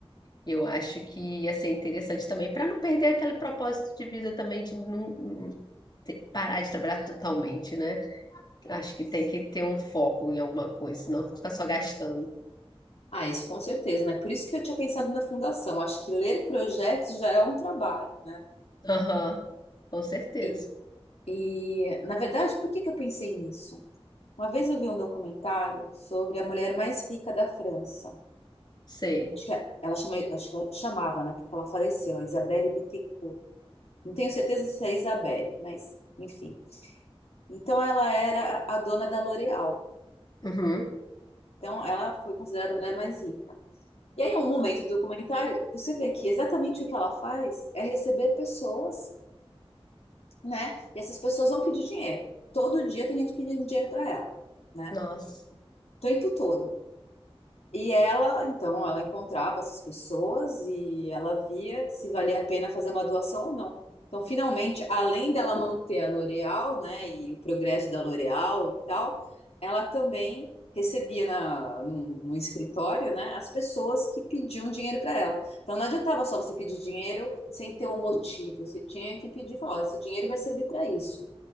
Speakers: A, on the left; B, on the left.
A: Eu acho que ia ser interessante também, para não perder aquele propósito de vida também, de não não ter- parar de trabalhar totalmente, né? Acho que tem que ter um foco em alguma coisa, senão fica só gastando.
B: Ah, isso com certeza, né? Por isso que eu tinha pensado na fundação. Acho que ler projetos já é um trabalho, né?
A: Aham, com certeza.
B: E, e na verdade, por que que eu pensei nisso? Uma vez eu vi um documentário sobre a mulher mais rica da França.
A: Sei.
B: Acho que é, ela chama, acho que ela chamava, né? Porque ela faleceu, a Isabelle Bittencourt. Não tenho certeza se é Isabelle, mas enfim. Então ela era a dona da L'Oréal.
A: Uhum.
B: Então ela foi considerada a mulher mais rica. E aí, em um momento do documentário, você vê que exatamente o que ela faz é receber pessoas, né? E essas pessoas vão pedir dinheiro. Todo dia tem gente pedindo dinheiro para ela, né?
A: Nossa.
B: O tempo todo. E ela, então, ela encontrava essas pessoas e ela via se valia a pena fazer uma doação ou não. Então, finalmente, além dela manter a L'Oréal, né, e o progresso da L'Oréal e tal, ela também recebia na, num, num escritório, né, as pessoas que pediam dinheiro para ela. Então, não adiantava só você pedir dinheiro sem ter um motivo. Você tinha que pedir e falar, ó, esse dinheiro vai servir para isso.